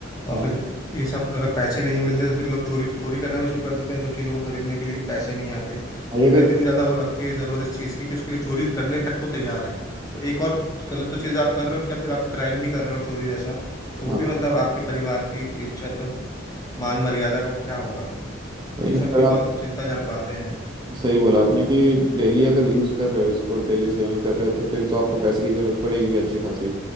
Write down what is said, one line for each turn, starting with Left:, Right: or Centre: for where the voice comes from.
Left: और
Right: हाँ
Left: फिर ये सब अगर पैसे नहीं मिलते तो फिर लोग चोरी चोरी करना भी शुरू कर देते हैं इन सब चीज़ों को खरीदने के लिए कि पैसे नहीं आते तो
Right: भाई
Left: इनको
Right: अगर
Left: इतनी ज़्यादा वो लगती है ज़रूरत इस चीज़ की कि उसके लिए चोरी करने तक को तैयार है तो एक और गलत तो चीज़ आप कर रहे हो उसके बाद फिर आप क्राइम भी कर रहे हो चोरी जैसा तो वो
Right: हाँ
Left: भी मतलब आपके परिवार की इज्जत मान मर्यादा का क्या होगा
Right: वही
Left: ये
Right: ना
Left: सब
Right: अगर
Left: भी बहुत
Right: आप
Left: चिंताजनक बातें हैं
Right: सही बोला आपने कि डेली अगर यूज कर रहे हो इसको डेली सेवन कर रहे हो तो फिर तो आपको पैसे की जरूरत पड़ेगी अच्छे खासे